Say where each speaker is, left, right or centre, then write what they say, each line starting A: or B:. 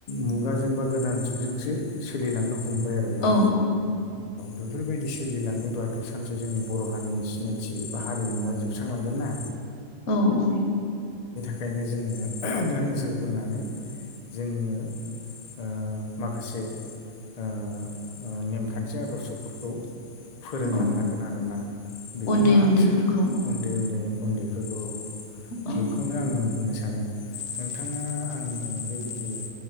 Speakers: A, on the left; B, on the left.
A: मुगाजों बा गोदान जुगजोंसो सोलिलांनो ह हमबाय आरो ना
B: औ
A: बेफोरबायदि सोलिलाङोब्लाथ सानसे जोंनि बर हारिनि सिनायथि बा हारिमुवा जोबस्रांलांगोन ना
B: औ औ
A: ओंखायनो जोङो दा नोजोर बोनानै
B: <inaudible>
A: जोंनो ओ माखासे ओ नेमखान्थि आदर्शफोरखौ फोरोंलांनांगोन
B: औ
A: आरोना बेखौनो
B: उन्दै
A: आं
B: उन्दैफोरखौ
A: सान उन्दै उन्दै उन्दैफोर खौ
B: औ
A: बेखौनो आङो बुंनो सानो नोंथाङा आंनि बेबा दि